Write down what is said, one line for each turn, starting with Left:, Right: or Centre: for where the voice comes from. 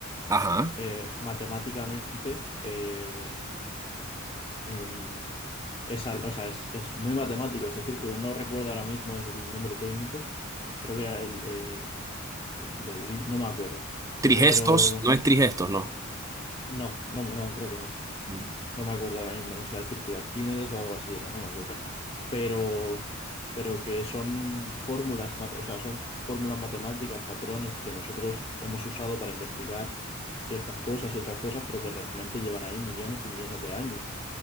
Right: Ajá.
Left: eh, matemáticamente eh, em, es, al- o sea, es, es muy matemático ese círculo. No recuerdo ahora mismo el nombre técnico. Creo que era el eh, de Uri, no me acuerdo.
Right: Trigestos,
Left: Pero
Right: no es trigestos, no.
Left: no, no, no, creo que no.
Right: Mm.
Left: No me acuerdo ahora mismo. No sé, el círculo de Arquímedes o algo así era, no me acuerdo. Pero, pero que son fórmulas, mate- o sea, son fórmulas matemáticas, patrones que nosotros hemos usado para investigar ciertas cosas y otras cosas, pero que realmente llevan ahí millones y millones de años.